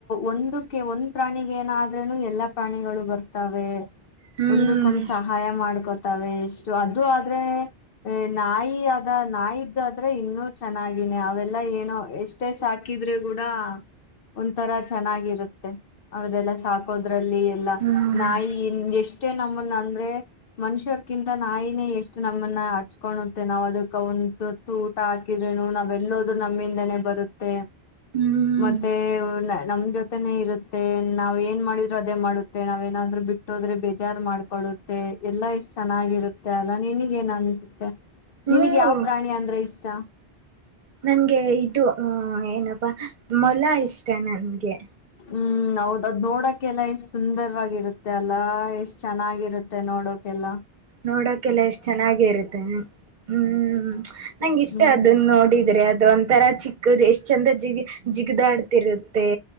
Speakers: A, on the left; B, on the right.
A: ಒಂದು ಒಂದ್ ಪ್ರಾಣಿಗೆ ಏನಾದ್ರೂನು ಎಲ್ಲಾ ಪ್ರಾಣಿಗಳು ಬರ್ತವೆ
B: ಹ್ಮ್
A: ಒಂದಕ್ಕೊಂದ್ ಸಹಾಯ ಮಾಡ್ಕೊ ಎಷ್ಟು ಅದು ಆದ್ರೆ ನಾಯಿ ಆದ ಆದ ನಾಯಿ ಇದಾದ್ರೆ ಇನ್ನೂ ಚೆನ್ನಾಗಿನೇ ಅವೆಲ್ಲ ಏನೋ ಎಷ್ಟೇ ಸಾಕಿದ್ರೆ ಕೂಡ ಒಂಥರಾ ಚೆನ್ನಾಗಿರುತ್ತೆ ಅವದೆಲ್ಲ ಸಾಕೋದ್ರ ಎಲ್ಲ
B: ಹ್ಮ್
A: ನಾಯಿ ಎಷ್ಟೇ ನಮ್ಮನ್ನ ಅಂದ್ರೆ ಮನುಷ್ಯರ್ಕಿಂತ ನಾಯಿನೇ ಎಷ್ಟು ನಮ್ಮನ್ನ ಹಚ್ಕೊಳ್ಳುತ್ತೆ ನಾವವು ಅದಕ್ಕ ಒಂತ ಊಟ ಹಾಕಿದ್ರೇನು ನಾವೆಲ್ಲದು ನಮ್ಮಿಂದನೇ ಬರುತ್ತೆ
B: ಹ್ಮ್
A: ಮತ್ತೆ ನಮ್ ಜೊತೆನೆ ಇರುತ್ತೆ ನಾವ್ ಏನ್ ಮಾಡಿದ್ರು ಅದೇ ಮಾಡುತ್ತೆ ನಾವೇನಾದ್ರು ಬಿಟ್ಟೋದ್ರೆ ಬೇಜಾರ್ ಮಾಡ್ಕೊಡುತ್ತೆ ಎಲ್ಲಾ ಎಷ್ಟ್ ಚೆನ್ನಾಗಿರುತ್ತೆ ಅಲ್ಲಾ ನಿನಗ ಏನ್ ಅನ್ಸುತ್ತೆ
B: ಹ್ಮ್
A: ನಿನಗೆ ಯಾವ ಪ್ರಾಣಿ ಅಂದ್ರೆ ಇಷ್ಟ
B: ನನ್ಗೆ ಇದು ಹ ಏನಪ್ಪಾ ಮೊಲ ಇಷ್ಟ ನನ್ಗೆ
A: ಹ್ಮ್ ಹೌದ್ ಅದ್ ನೋಡಕ್ಕೆ ಎಲ್ಲ ಎಷ್ಟ್ ಸುಂದರವಾಗಿರುತ್ತೆ ಅಲ್ಲಾ ಎಷ್ಟ್ ಚೆನ್ನಾಗಿರುತ್ತೆ ನೋಡಕ್ ಎಲ್ಲ
B: ನೋಡಕಲ್ಲ ಎಷ್ಟ್ ಚೆನ್ನಾಗಿ ಇರುತ್ತೆ ಹ್ಮ್ ನನಗೆ ಇಷ್ಟ
A: ಹ್ಮ್
B: ಅದನ್ ನೋಡಿದ್ರಿ ಅದು ಒಂತರ ಚಿಕ್ಕದು ಎಷ್ಟ್ ಚಂದ ಜಿಗ ಜಿಗದಾಡ್ತಿರುತ್ತೆ